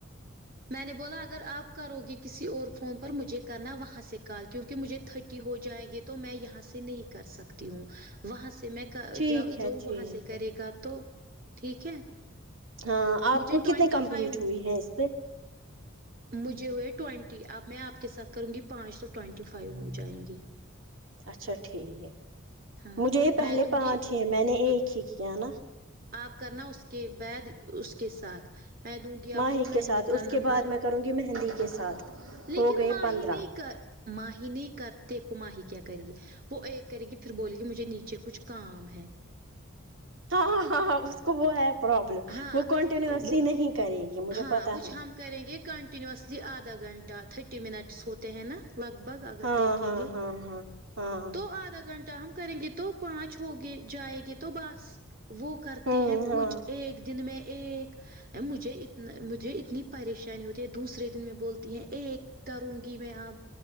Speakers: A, on the right; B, on the right.
A: میں نے بولا اگر آپ کرو گے کسی اور فون پر مجھے کرنا وہاں سے کال کیونکہ مجھے تھرٹی ہو جائے گی تو میں یہاں سے نہیں کر سکتی ہوں وہاں سے میں کر
B: ٹھیک
A: کا
B: ہے
A: جو
B: ٹھیک
A: وہاں سے کرے
B: ہے
A: گا تو ٹھیک ہے
B: ہاں آپ
A: مجھے
B: کو
A: ٹوینٹی
B: کتنے کمپلیٹ
A: فائیو
B: ہوئی ہے اس پہ
A: مجھے وہ ہے ٹوئنٹی اب میں آپ کے ساتھ کروں گی پانچ تو ٹوئینٹی فائیو ہو جائیں گی
B: اچھا ٹھیک ہے
A: ہاں
B: مجھے یہ پہلے
A: میں دوں
B: پانچ
A: گی
B: ہی ہیں میں نے ایک ہی کیا نا
A: آپ کرنا اس کے بعد اس کے ساتھ میں دوں گی
B: ماہی
A: آپ کو
B: کے
A: مہندی
B: ساتھ
A: کا
B: اس کے
A: نمبر
B: بعد میں کروں گی مہندی کے ساتھ
A: لیکن
B: ہو گئے
A: ماہی
B: پندرہ
A: نہیں کر ماہی نہیں کر دیکھو ماہی کیا کر ر ہی یے وہ ایک کرے گی پھر بولے گی مجھے نیچے کچھ کام ہے
B: ہاں ںاں ہاں ہاں اس کو وہ ہے پرابلم
A: ہاں
B: وہ کنٹینیوسلی
A: وہ
B: نہیں کرے گی مجھے
A: ہاں
B: پتا
A: وہچھ
B: ہے
A: ہم کریں گے کنٹینوسلی آدھا گھنٹہ تھرٹی منٹس ہوتے ہیں نا لگ بھگ اگر
B: ہاں
A: دیکھیں
B: ہاں
A: گے
B: ہاں ہاں ہاں
A: تو آدھا گھنٹہ ہم کریں گے تو پانچ ہوگے جائے گے تو بس وہ کرتی
B: ہوں
A: ہیں کچھ
B: ہاں
A: ایک دن میں ایک مجھے ات مجھے اتنی پریشانی نہیں ہوتی دوسرے دن میں بولتی ہیں اک کروں گی میں آپ